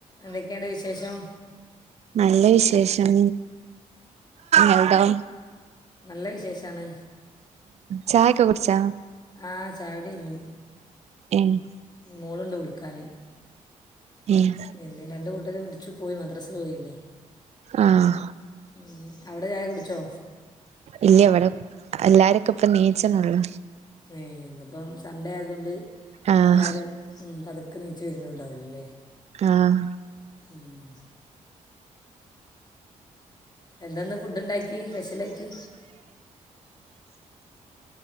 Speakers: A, on the left; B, on the right.
A: എന്തെക്കേണ് വിശേഷം
B: നല്ല വിശേഷം എവിടാ
A: നല്ല വിശേഷാണ്
B: ചായൊക്കെ കുടിച്ചാ
A: ആഹ് ചായുടിഴിഞ്ഞ്
B: ഏഹ്
A: മോളുണ്ട് വിളിക്കാനേ
B: ഊം
A: പിന്നെ രണ്ട് കൂട്ടരും ഒന്നിച്ച് പോയി മദ്രാസേ പോയില്ലേ
B: ആഹ്
A: ഉം. അവിടെ ചായ കുടിച്ചോ
B: ഇല്ലിവിടെ എല്ലാരൊക്കെ ഇപ്പ നീച്ചണൊള്ളൂ
A: ഈ ഇന്നിപ്പം സൺഡേ ആയതുകൊണ്ട്
B: ആഹ്
A: എല്ലാരും ഉം പതുക്കെ നീച്ചു വരണൊള്ളാരുന്നുല്ലേ
B: ആഹ്
A: ഉം എന്തന്ന ഫുഡ് ഉണ്ടാക്കി സ്പെഷ്യലായട്ട്